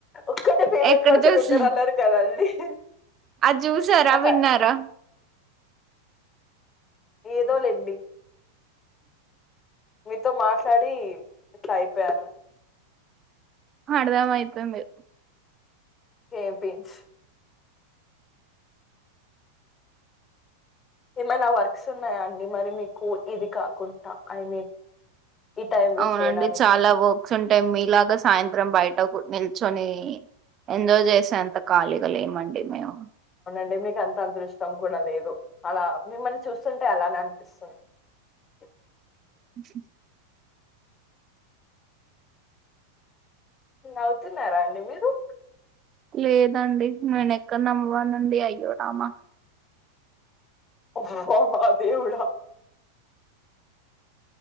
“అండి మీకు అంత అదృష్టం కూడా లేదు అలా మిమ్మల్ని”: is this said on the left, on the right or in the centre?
Left